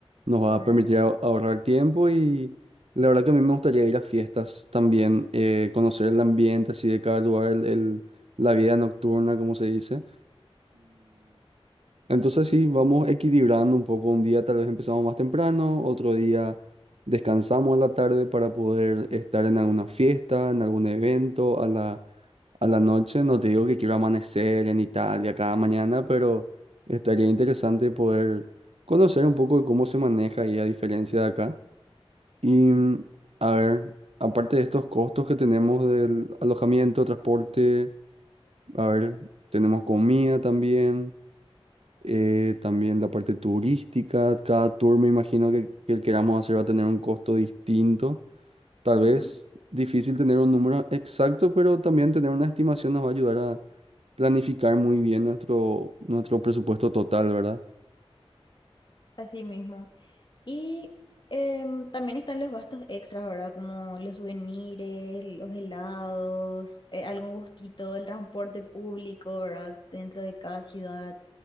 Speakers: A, on the right; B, on the left.
A: Nos
B: Claro.
A: va a permitir a- ahorrar tiempo y la verdad que a mí me gustaría ir a fiestas también, eh, conocer el ambiente así de cada lugar, el, el- la vida nocturna, como se dice. Entonces sí, vamos equilibrando un poco. Un día tal vez empezamos más temprano, otro día descansamos a la tarde para poder estar en alguna fiesta, en algún evento, a la, a la noche. No te digo que quiero amanecer en Italia cada mañana, pero estaría interesante poder conocer un poco de cómo se maneja ahí a diferencia de acá. Y mm, a ver, aparte de estos costos que tenemos del alojamiento, transporte, a ver, tenemos comida también eh, también la parte turística, cada tour me imagino que, que el queramos hacer va a tener un costo distinto, tal
B: Ujú,
A: vez difícil tener un número exacto, pero también tener una estimación nos va a ayudar a planificar muy bien nuestro, nuestro presupuesto total, ¿verdad?
B: Así mismo. Y em, también están los gastos extras, ¿verdad? Como los souvenirs, los helados, eh, algún gustito, el transporte público, ¿verdad? Dentro de cada ciudad.